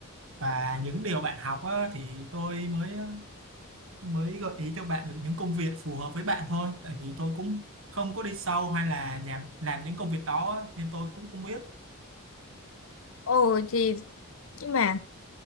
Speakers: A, on the right (about 60°); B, on the left (about 65°).
A: và những điều bạn học á, thì tôi mới ờ, mới gợi ý cho bạn được những công việc phù hợp với bạn thôi tại vì tôi cũng không có đi sâu hay là làm làm những công việc đó á, nên tôi cũng không biết
B: ồ thì nhưng mà